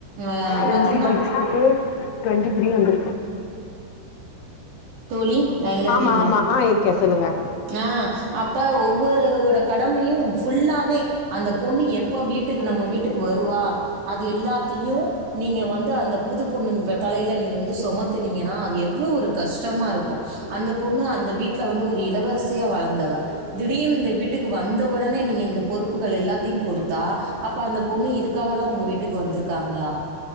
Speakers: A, on the right (about 65°); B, on the left (about 85°).
A: அ
B: டுவெண்டி
A: பத்தீங்கன்னா
B: சிக்ஸுக்கு டுவெண்டி த்ரீ வந்திருக்கு
A: தோழி லைனில் இருக்கீங்களா
B: ஆமா ஆமா ஆ இருக்கே சொல்லுங்க
A: ஆ அப்ப ஒவ்வொருவுட கடமையு ஃபுல்லாவே அந்த பொண்ணு எப்ப வீட்டுக்கு நம்ம வீட்டுக்கு வருவா அதுயெல்லாத்தையு நீங்க வந்து அந்த புது பொண்ணு தலையில நீங்க வந்து சொமத்துனீங்கன்னா அது எவ்ளோ ஒரு கஷ்டமாருக்கூ அந்த பொண்ணு அந்த வீட்ல வந்து ஒரு இளவரசியா வளந்தவ திடீர்னு இந்த வீட்டுக்கு வந்த ஒடனே நீங்க இந்த பொறுப்புகள் எல்லாத்தையு கொடுத்தா அப்போ அந்த பொண்ணு இதுக்காக தா உங்க வீட்டுக்கு வந்திருக்காங்களா